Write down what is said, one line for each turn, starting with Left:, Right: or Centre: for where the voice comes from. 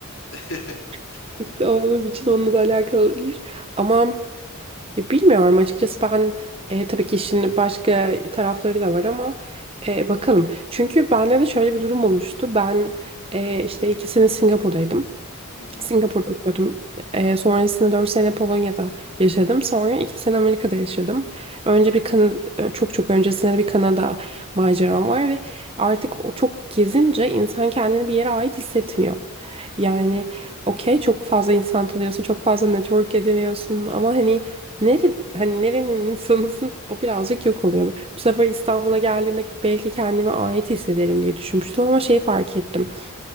Left: <laughs>
Right: <laughs> işte olduğum için onunla da alakalı olabilir. Ama ya bilmiyorum açıkçası ben e, tabii ki işin başka tarafları da var ama e, bakalım. Çünkü bende de şöyle bir durum oluştu. Ben e, işte iki sene Singapur'daydım.
Left: Hı hı,
Right: Singapur'da okuyordum. Ee, sonrasında 4 sene Polonya'da yaşadım. Sonra 2 sene Amerika'da yaşadım. Önce bir Kanada, çok çok öncesinde de bir Kanada maceram var ve artık o çok gezince insan kendini bir yere ait hissetmiyor. Yani okey çok fazla insan tanıyorsun, çok fazla network ediniyorsun ama hani nere, hani nerenin insanısın o birazcık yok oluyor. Bu sefer İstanbul'a geldiğimde belki kendime ait hissederim diye düşünmüştüm ama şeyi fark ettim.